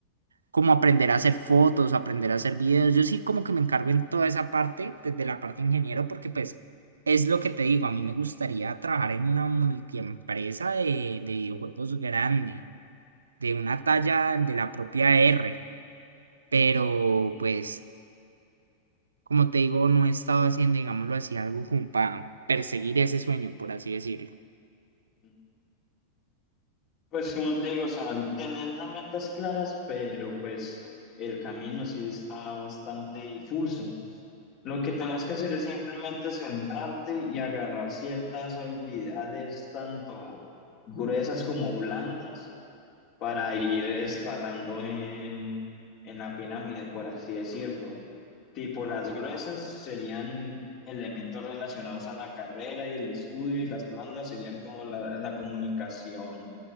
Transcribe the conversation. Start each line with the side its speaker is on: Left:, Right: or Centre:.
Right: como aprender a hacer fotos, aprender a hacer videos. Yo sí como que me encargo en toda esa parte, pues de la parte ingeniero, porque pues es lo que te digo, a mí me gustaría trabajar en una multiempresa de, de videojuegos grande, de una talla de la propia R, pero pues... Como te digo, no he estado haciendo, digámoslo así, algo como para perseguir ese sueño, por así decirlo.
Left: Mm, Pues como te digo, o sea, tener las metas claras, pero pues el camino sí está bastante difuso. Lo que tenés que hacer es simplemente centrarte y agarrar ciertas habilidades, tanto gruesas como blandas, para ir escalando en, en la pirámide, por así decirlo. Tipo, las gruesas serían elementos relacionados a la carrera y el estudio, y las blandas serían como la, la comunicación